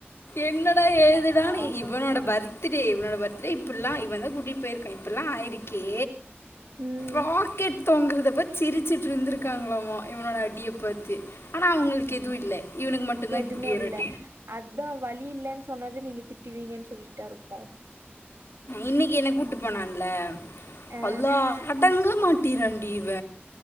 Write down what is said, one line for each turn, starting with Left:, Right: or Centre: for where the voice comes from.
Left: என்னடா ஏதிடானு
Right: பாவண்டி
Left: இவனோட
Right: ஆனா
Left: பர்த் பர்த்டே இவனோட பர்த்டே இப்பில்லா இவந்தா கூட்டிட்டு போயிருக்கா இப்பல்லா ஆயிருக்கே
Right: ம்
Left: க்கெட் தொங்கறதப் பாத் சிரிச்சுட்டு இருந்திருக்காங்களாமா இவனோட அடிய பாத்து ஆனா அவங்களுக்கு எதுவு இல்ல இவனுக் மட்டுந்தா
Right: எதுமே
Left: இப்டி ஒரு
Right: இல்ல
Left: அ
Right: அதா வலி இல்லன் சொன்னத நீங்க திட்டுவீங்கன் சொல்ட்டா இருக்கு
Left: இன்னிக்கு என்ன கூட்டு போனான்ல
Right: ஆ
Left: பல்லா அடங்கவே மாட் ட்டிராண்டி இவ